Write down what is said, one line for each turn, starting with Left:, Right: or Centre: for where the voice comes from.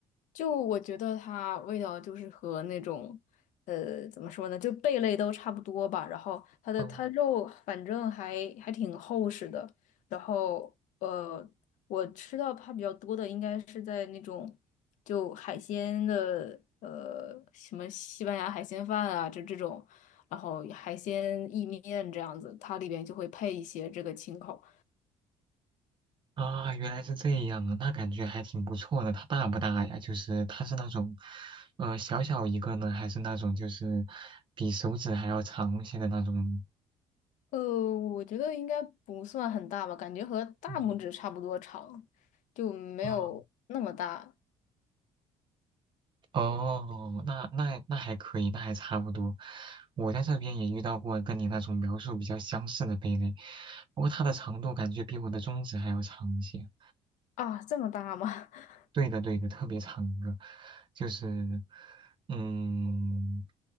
Left: 就我觉得它味道就是和那种，呃，怎么说呢，就贝类都差不多吧。然后它的它肉反正还还挺厚实的。
Right: 哦
Left: 然后呃，我吃到它比较多的应该是在那种就海鲜的，呃，什么西班牙海鲜饭啊，这这种，然后海鲜意面这样子，它里边就会配一些这个青口。
Right: 啊，原来是这样啊，那感觉还挺不错的。它大不大呀？就是它是那种，呃，小小一个呢，还是那种就是比手指还要长一些的那种？
Left: 呃，我觉得应该不算很大吧，感觉和大拇指差不多长，
Right: 嗯，
Left: 就没有那么大
Right: 啊，哦，那那那还可以，那还差不多。我在这边也遇到过跟你那种描述比较相似的贝类，不过它的长度感觉比我的中指还要长一些。
Left: 啊，这么大吗？<laughs>
Right: 对的，对的，特别长一个，就是，嗯，